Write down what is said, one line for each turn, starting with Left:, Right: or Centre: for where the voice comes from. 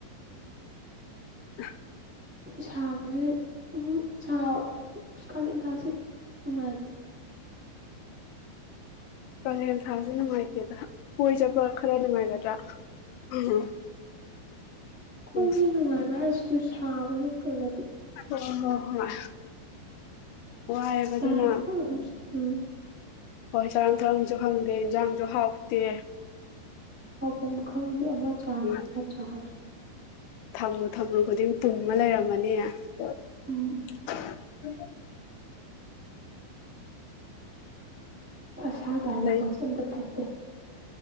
Left: <unintelligible>
Centre: ꯁꯥꯕꯁꯦ ꯎꯝ ꯁꯥ ꯀꯥꯂꯦꯟ ꯊꯥꯁꯦ ꯅꯨꯡꯉꯥꯏꯇꯦ
Left: ꯀꯥꯂꯦꯟ ꯊꯥꯁꯦ ꯅꯨꯡꯉꯥꯏꯇꯦꯗ ꯀꯣꯏ ꯆꯠꯄ ꯈ꯭ꯔ ꯅꯨꯡꯉꯥꯏꯒꯗ꯭ꯔꯥ <unintelligible>
Centre: ꯀꯣꯏꯕꯗ
Left: ꯍꯣꯏ
Centre: ꯅꯨꯡꯉꯥꯏꯕ ꯍꯥꯏꯁꯤꯁꯨ ꯁꯥꯕꯅꯦ ꯈꯔꯗꯤ
Left: ꯍꯣꯏ ꯍꯣꯏ ꯍꯣꯏ ꯋꯥꯏꯕ
Centre: ꯆꯥꯔꯝ
Left: ꯑꯗꯨꯅ
Centre: ꯊꯛꯔꯝ ꯎꯝ
Left: ꯍꯣꯏ ꯆꯥꯔꯝ ꯊꯛꯂꯝꯁꯨ ꯈꯪꯗꯦ ꯏꯟꯖꯥꯡꯁꯨ ꯍꯥꯎꯇꯦ
Centre: ꯍꯥꯎꯐꯝ ꯈꯪꯗꯦ ꯑꯃ ꯆꯥꯔꯁꯨ
Left: ꯎꯝ
Centre: ꯑꯃ ꯆꯥꯔꯁꯨ
Left: ꯊꯝꯂꯨ ꯊꯝꯂꯨ ꯈꯨꯗꯤꯡ ꯄꯨꯝꯃ ꯂꯩꯔꯝꯃꯅꯤ <unintelligible>
Centre: ꯎꯝ ꯑꯁꯥꯕ ꯍꯥꯏꯕ
Left: ꯂꯩ
Centre: ꯄꯣꯠꯁꯦ ꯑꯝꯇ ꯐꯠꯇꯦ